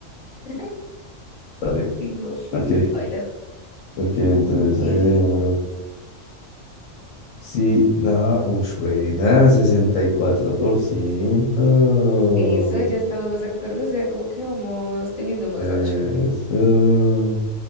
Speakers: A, on the left (about 60°); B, on the left (about 75°).
A: <laughs>
B: Está bien.
A: Sí, no,
B: Ok,
A: baila.
B: ok, entonces
A: Y
B: ahí dejémoslo. Sí, no, uf, buena, sesenta y cuatro por ciento
A: eso, ya estamos más acordes, o sea, como que vamos teniendo más
B: Eso.
A: racha.